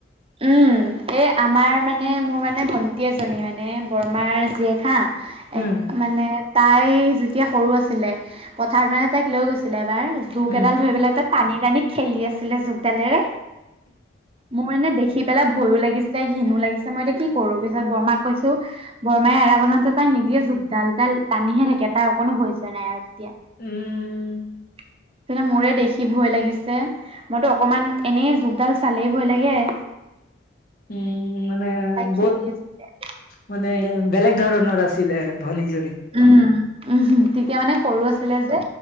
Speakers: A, on the right; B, on the left.
A: উম, এই আমাৰ মানে মোৰ মানে মানে ভণ্টি এজনী মানে বৰমাৰ জীয়েক
B: উম,
A: এক মানে তাই যেতিয়া সৰু আছিলে পথাৰত মানে তাইক লৈ গৈছিলে এবাৰ জোক
B: উম।
A: এডাল ধৰি পেলাই ত পানী নি খেলি আছিলে জোকডালেৰে মোৰ এনে দেখি পেলাই ভয়ো লাগিছ ছে ঘিনো লাগিছে মই এতিয়া কি কৰো পিছত বৰমাক কৈছো বৰমাই এৰা বজাতে তাই নিদিয়ে জোকডাল তাই টানিহে থাকে তাৰ অকণো ভয় ছয় নাই আৰু তেতিয়া।
B: উম।
A: <unintelligible> মোৰে দেখি ভয় লাগিছে মইতো অকমান এনেই জোকডাল চালেই ভয় লাগে। <inaudible>
B: উম উ মানে
A: তাই খেলি
B: বহুত
A: আছিলে
B: মানে বেলেগ ধৰণৰ আছিলে ভনী জন
A: উম উম তেতিয়া মানে সৰু আছিলে যে